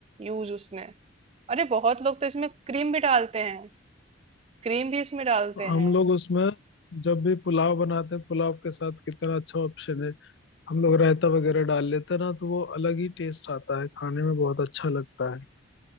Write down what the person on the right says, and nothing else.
यूज उसमें अरे बहुत लोग तो इसमें क्रीम भी डालते हैं क्रीम भी इसमें डालते
हैं